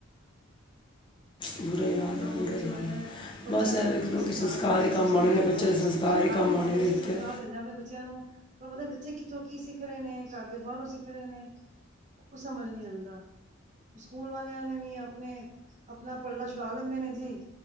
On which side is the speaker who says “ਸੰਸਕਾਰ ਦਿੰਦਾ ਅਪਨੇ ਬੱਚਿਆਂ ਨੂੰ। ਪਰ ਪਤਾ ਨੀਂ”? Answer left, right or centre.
Right